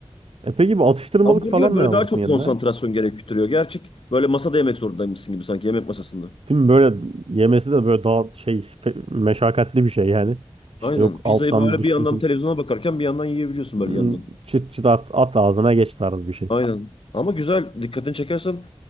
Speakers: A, on the right (about 65°); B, on the left (about 60°).
A: E peki bu atıştırmalık
B: Hamburger
A: falan
B: böyle
A: ne alırsın
B: daha çok
A: yanına?
B: konsantrasyon gerektiriyor. Gerçek böyle masada yemek zorundaymışsın gibi sanki yemek masasında.
A: Değil mi? böyle yemesi de böyle daha şey fe- meşakkatli bir şey yani. İşte
B: Aynen.
A: yok
B: Pizzayı
A: alttan
B: böyle
A: düşmesin.
B: bir yandan televizyona bakarken bir yandan yiyebiliyorsun böyle
A: Hmm,
B: yandan.
A: Çıt çıt at, at ağzına geç tarz bir şey.
B: Aynen. Ama güzel. Dikkatini çekersen